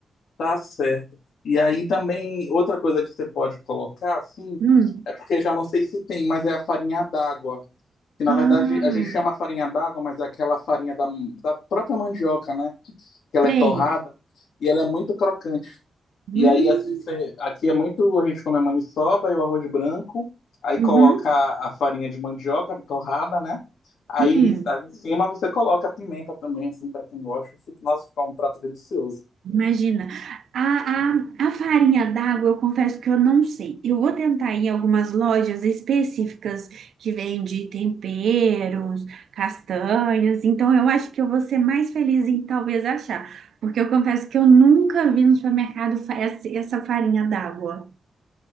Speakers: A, on the left; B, on the right.
A: Tá certo. E aí também, outra coisa que você pode colocar, assim,
B: Hum.
A: é porque já não sei se tem, mas é a farinha d'água. Que na
B: Ah,
A: verdade a gente chama farinha d'água, mas é aquela farinha da, da própria mandioca, né? que ela
B: sei.
A: é torrada e ela é muito crocante.
B: Hum,
A: E aí, assim, cê- aqui é muito. A gente come a maniçoba e o arroz branco, aí
B: uhum.
A: coloca a a farinha de mandioca torrada, né? Aí,
B: Sim.
A: em- aí em cima você coloca a pimenta também, assim, para quem gosta. Fica- Nossa, fica um prato delicioso.
B: Imagina, a, a, a farinha d'água, eu confesso que eu não sei. Eu vou tentar ir em algumas lojas específicas que vende temperos, castanhas. Então, eu acho que eu vou ser mais feliz em talvez achar, porque eu confesso que eu nunca vi no supermercado fa- essa essa farinha d'água.